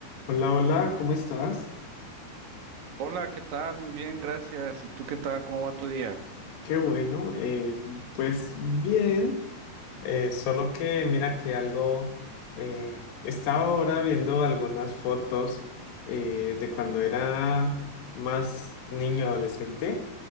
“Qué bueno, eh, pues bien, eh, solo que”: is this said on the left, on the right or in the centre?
Left